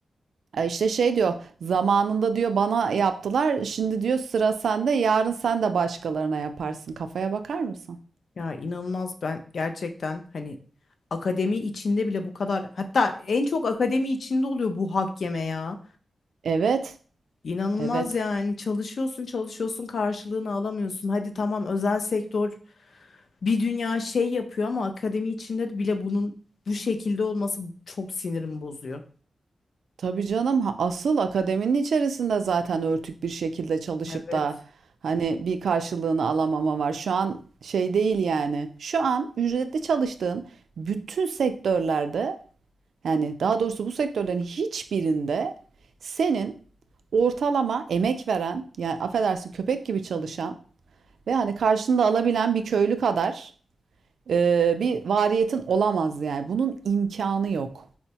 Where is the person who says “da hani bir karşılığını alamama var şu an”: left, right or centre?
Right